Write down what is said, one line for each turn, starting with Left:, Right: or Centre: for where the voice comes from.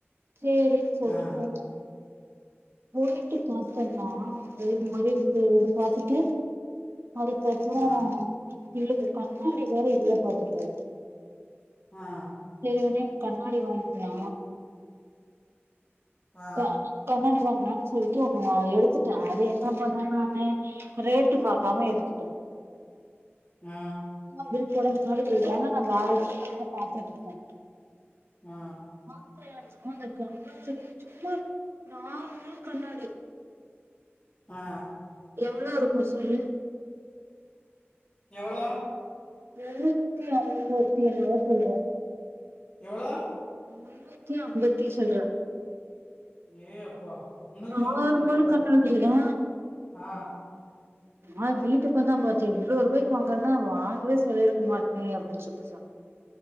Right: சேரின் சொல்ட்டு
Left: ஆ
Right: போ போயிட்டு பாத்தன்னா வந்து இந்த மாரி இப்ப இது பாத்துட்டு அதுக்கப்புறோ
Left: ஆ
Right: இவிளுக்கு கண்ணாடி வேற இல்ல பாத்துக்கோ
Left: ஆ
Right: சேரி ஒட்னே கண்ணாடி வாங்க்லா
Left: ஆ
Right: ட கண்ணாடிவாங்ளான் சொல்ட்டு ஒன்னு எடுத்துட்டே அது என்ன பண்ணே நானு ரேட்டு பாக்காம எடுத்துட்டே
Left: ஆ
Right: பில் போட <unintelligible> நா வேற <unintelligible> பாத்துட்ருந்தே
Left: ஆ
Right: <unintelligible> அந்த கண்ணாடி சும்மா நார்மல் கண்ணாடி
Left: ஆ
Right: எவ்ளோருக்கூ சொல்லு
Left: எவ்ளோ
Right: முண்ணூத்தி அறுவத்தி ஏழ்ருவா சில்ற
Left: எவ்ளோ
Right: முன்னூத்தி அம்பத்தி சில்ற
Left: ஏ அப்பா முன்னூத்தி
Right: நார்மல்
Left: ஐம்பது சில்றையா
Right: கண்ணாடியா
Left: ஆ
Right: நா வீட்டுக்கு வந்தா பாத்தே இவ்ளோ ருவாய்கு வாங்கந்தா வாங்கவே சொல்லிருக்க மாட்டே அப்டின் சொல்ட்டு சொன்னே